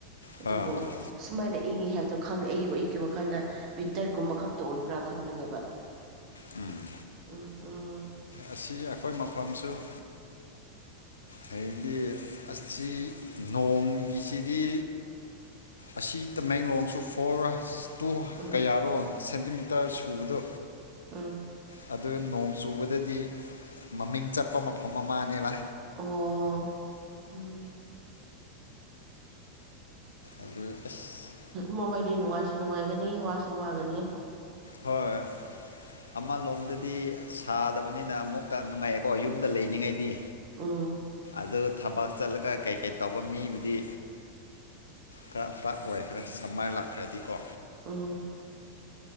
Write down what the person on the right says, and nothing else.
ꯑꯗꯨꯕꯨ
ꯁꯨꯃꯥꯏꯅ ꯏꯡꯉꯤ ꯍꯥꯏꯕꯗꯣ ꯈꯪ ꯑꯩ ꯑꯩꯒꯤ ꯋꯥꯈꯟꯗ ꯋꯤꯟꯇꯔꯒꯨꯝꯕ ꯈꯛꯇ ꯑꯣꯏꯕ꯭ꯔꯥ ꯈꯟꯕꯅꯦꯕ
ꯎꯝ ꯎꯝ
ꯎꯝ
ꯎꯝ
ꯑꯣ ꯎꯝ
ꯃꯣꯃꯩꯗꯤ ꯅꯨꯡꯉꯥꯏꯁꯨ ꯅꯨꯡꯉꯥꯏꯒꯅꯤ ꯋꯥꯁꯨ ꯋꯥꯒꯅꯤ
ꯑꯝ
ꯎꯝ